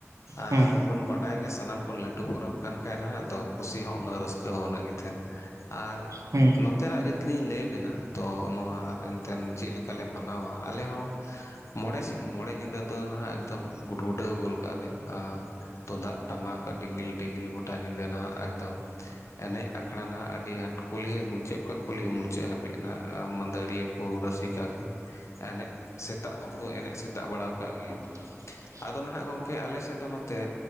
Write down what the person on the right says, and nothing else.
ᱦᱮᱸ
ᱦᱩᱸ᱾
<unintelligible>